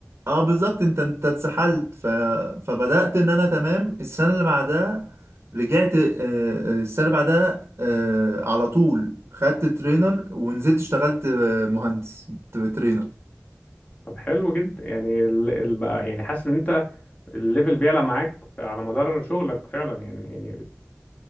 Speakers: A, on the right; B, on the left.
A: اه بالظبط انت انت اتسحلت ف... فبدأت ان انا تمام السنة اللي بعدها رجعت آه، آه، السنة اللي بعدها آه، على طول خدت ترينر ونزلت اشتغلت آه، مهندس ترينر
B: طب حلو جدا يعني ال- ال- بقى يعني حاسس ان انت الليفل بيعلى معاك ف- على مدار شغلك فعلا يعني يعني